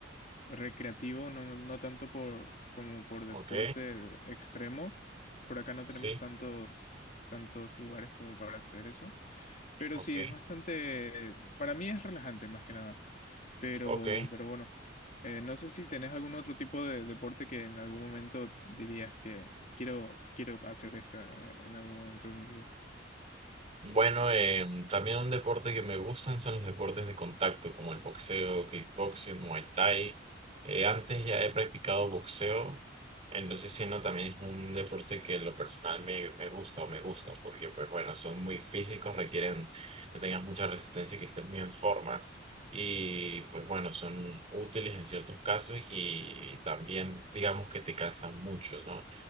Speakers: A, on the left (about 40°); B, on the right (about 35°).
A: recreativo, no, no tanto por, como por deporte
B: Ok,
A: extremo. Por acá no tenemos
B: sí,
A: tantos, tantos lugares como para hacer eso. Pero
B: ok,
A: sí, es bastante, para mí es relajante más que nada. Pero,
B: ok.
A: pero bueno, eh, no sé si tenés algún otro tipo de deporte que en algún momento dirías que quiero, quiero hacer esto eh, en algún momento de mi vida.
B: Bueno, em, también un deporte que me gustan son los deportes de contacto, como el boxeo, kickboxing, muay thai. Eh, antes ya he practicado boxeo, entonces sí, no, también es un deporte que en lo personal me, me gusta o me gusta, porque pues bueno, son muy físicos, requieren que tengas mucha resistencia y que estés muy en forma. Y pues bueno, son útiles en ciertos casos y también digamos que te cansan mucho, ¿no?